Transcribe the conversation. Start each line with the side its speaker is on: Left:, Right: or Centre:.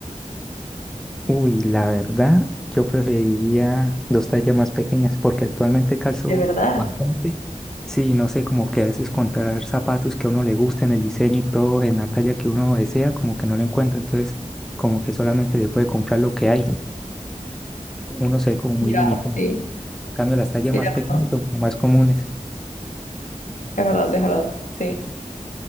Centre: Uy, la verdad, yo preferiría dos tallas más pequeñas porque actualmente calzo
Left: De verdad.
Centre: bastante. Sí, no sé, como que a veces encontrar zapatos que a uno le gusten, el diseño y todo, en la talla que uno desea, como que no lo encuentra, entonces como que solamente se puede comprar lo que hay. Uno se ve como muy
Left: Ya,
Centre: limitado.
Left: sí,
Centre: En cambio, las tallas
Left: tienes
Centre: más pequeñas
Left: razón.
Centre: son como más comunes.
Left: Es verdad, es verdad. Sí,